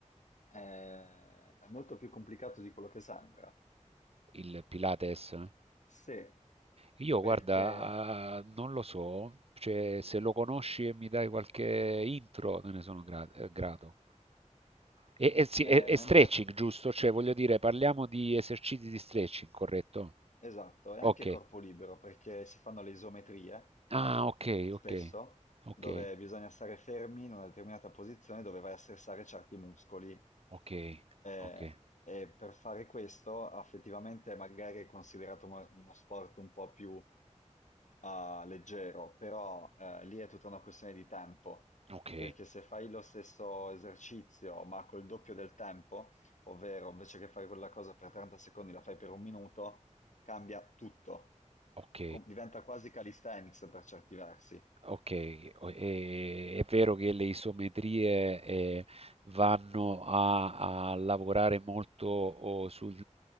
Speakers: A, on the left; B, on the right.
A: eh, è molto più complicato di quello che sembra.
B: il Pilates? eh?
A: Sì,
B: Io,
A: perché
B: guarda, non lo so, cioè, se lo conosci e mi dai qualche intro, te ne sono gra- eh, grato. E, e sì,
A: eh,
B: e- e
A: mentre
B: stretching, giusto? Cioè, voglio dire, parliamo di esercizi di stretching, corretto?
A: Esatto, e
B: Ok.
A: anche corpo libero perché si fanno le isometrie
B: Ah, ok,
A: spesso
B: ok, ok,
A: dove bisogna stare fermi in una determinata posizione dove vai a stressare certi muscoli.
B: ok,
A: Eh,
B: ok,
A: e per fare questo effettivamente magari è considerato mo- uno sport un po' più ah, leggero, però eh, lì è tutta una questione di tempo,
B: ok,
A: perché se fai lo stesso esercizio ma col doppio del tempo, ovvero invece che fare quella cosa per 30 secondi la fai per un minuto, cambia tutto,
B: ok.
A: Com- diventa quasi calisthenics per certi versi.
B: Ok, o- e- è vero che le isometrie eh, vanno a, a lavorare molto oh, sul